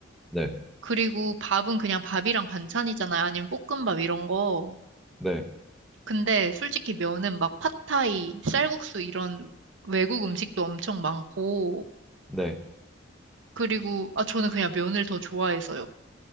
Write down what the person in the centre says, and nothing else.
네.
네.
네.